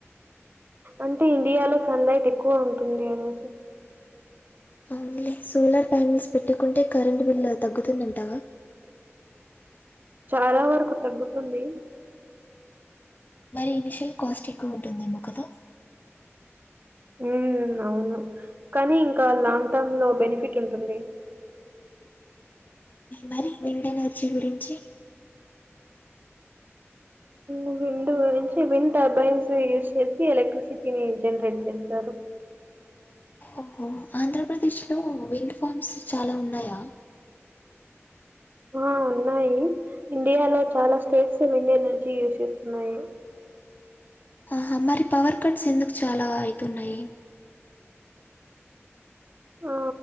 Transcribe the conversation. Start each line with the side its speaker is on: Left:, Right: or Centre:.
Right: అంటే ఇండియాలో సన్ లైట్ ఎక్కువ ఉంటుంది అనేసి
Left: అవునులే సోలార్ ప్యానల్స్ పెట్టుకుంటే కరెంటు బిల్ తగ్గుతుంది అంటావా
Right: చాలా వరకు తగ్గుతుంది
Left: మరి ఇనిషియల్ కాస్ట్ ఎక్కువ ఉంటుంది ఏమో కదా
Right: ఉ అవును కానీ ఇంకా లాంగ్ టర్మ్ లో బెనిఫిట్ ఉంటుంది
Left: మరి విండ్ ఎనర్జీ గురించి
Right: ఉ విండ్ గురించి విండ్ టర్బైన్స్ యూజ్ చేసి ఎలక్ట్రిసిటీని జనరేట్ చేస్తారు
Left: ఓహో ఆంధ్ర ప్రదేశ్ లో విండ్ ఫామ్స్ చాలా ఉన్నాయా
Right: ఆ ఉన్నాయి ఇండియాలో చాలా స్టేట్స్ విండ్ ఎనర్జీ యూస్ చేస్తున్నాయి
Left: ఆహా మరి పవర్ కట్స్ ఎందుకు చాలా అవుతున్నాయి
Right: ఆ